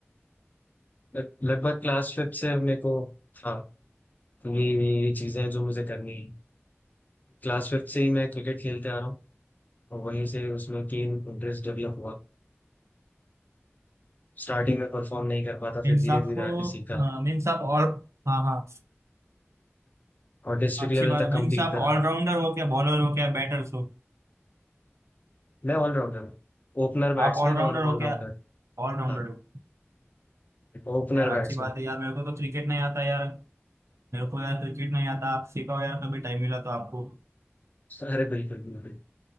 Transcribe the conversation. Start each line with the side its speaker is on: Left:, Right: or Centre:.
Left: लगभग क्लास फिफ्थ से मेरे को था तो ये ये ये चीजें हैं जो मुझे करनी है क्लास फिफ्थ से ही मैं क्रिकेट खेलते आ रहा हूँ और वहीं से उसमें कीन इंटरेस्ट डेवलप हुआ स्टार्टिंग में परफॉर्म नहीं कर पाता
Right: मीन्स
Left: फिर धीरे
Right: आपको
Left: धीरे आके सीखा
Right: मीन्स आप ऑल हाँ हाँ
Left: और डिस्ट्रिक्ट
Right: अच्छी
Left: लेवल
Right: बात
Left: तक कंप्लीट
Right: मीन्स आप
Left: करा
Right: ऑलराउंडर हो क्या बॉलर हो क्या बैटर्स हो
Left: मैं ऑलराउंडर हूँ ओपनर बैट्समैन
Right: आप ऑलराउंडर
Left: और ऑलराउंडर
Right: हो क्या ऑलराउंडर
Left: हाँ
Right: हो
Left: Opener
Right: यार
Left: batsman
Right: अच्छी बात है यार मेरे को तो क्रिकेट नहीं आता यार मेरे को यार क्रिकेट नहीं आता आप सिखाओ यार कभी टाइम मिला तो आपको
Left: अरे बिल्कुल बिल्कुल